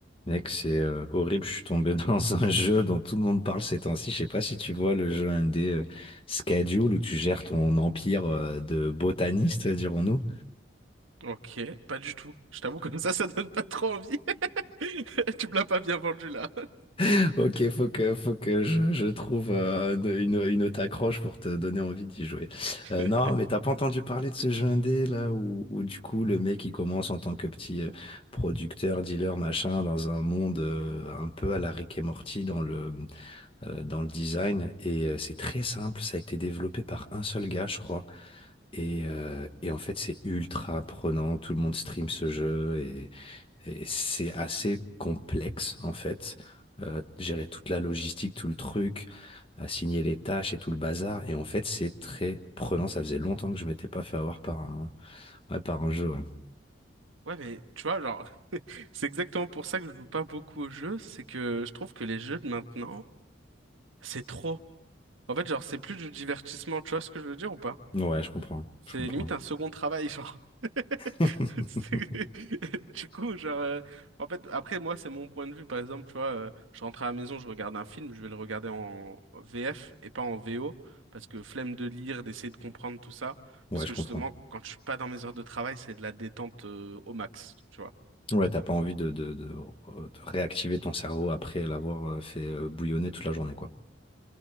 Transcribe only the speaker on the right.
Ok, pas du tout. Je t'avoue, comme ça, ça donne pas trop envie. <laughs> Tu me l'as pas bien vendu là.
<laughs>
Ouais, mais tu vois, genre, <laughs> c'est exactement pour ça que je joue pas beaucoup aux jeux, c'est que je trouve que les jeux de maintenant, c'est trop. En fait, genre, c'est plus du divertissement, tu vois ce que je veux dire ou pas?
C'est
limite un second travail, genre. <laughs>
C'est- Du coup, genre, euh, en fait, après, moi, c'est mon point de vue. Par exemple, tu vois, euh, je rentre à la maison, je regarde un film, je vais le regarder en VF et pas en VO, parce que flemme de lire, d'essayer de comprendre tout ça.
Parce
que
justement, quand je suis pas dans mes heures de travail, c'est de la détente, euh, au max, tu vois.